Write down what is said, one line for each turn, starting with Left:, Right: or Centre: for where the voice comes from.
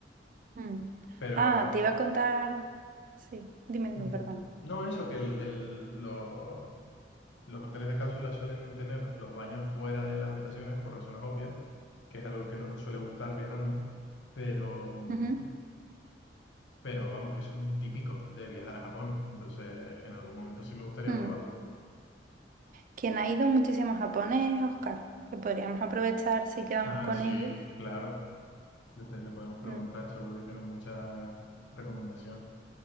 Right: Mm.
Left: Pero
Right: Ah, te
Left: lo-
Right: iba a contar. Sí, dime, dime,
Left: Mm,
Right: perdona.
Left: No, eso que el- el- lo- los hoteles de cápsula suelen tener los baños fuera de las habitaciones por razones obvias, que es algo que no nos suele gustar viajando, pero, mm,
Right: Ujú.
Left: pero vamos que son típicos de viajar a Japón, entonces en algún momento sí me gustaría
Right: Mm.
Left: probarlo.
Right: Quien ha ido muchísimo a Japón es Oscar, que podríamos aprovechar si quedamos
Left: Ah,
Right: con
Left: sí,
Right: ellos.
Left: claro, le, te- le podemos preguntar,
Right: Mm,
Left: seguro que tienen muchas recomendaciones.